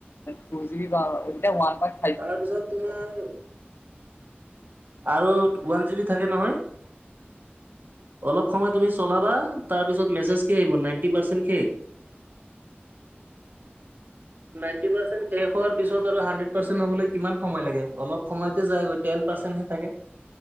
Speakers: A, on the left; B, on the right.
A: টু জি বাই
B: তাৰপিছত তোমাৰ আৰু ওৱান জি বি থাকে নহয়। অলপ সময় তুমি চলাবা তাৰপিছত মেছেজকে আহিব নাইনটি পাৰ্চেণ্ট শেষ নাইনটি পাৰ্চেন্ট শেষ হোৱাৰ পিছত আৰু হাড্ৰেড পাৰ্চেন্ট হবলৈ কিমান সময় লাগে অলপ সময়ত। যায়গৈটেন পাৰ্চেটহে থাকে।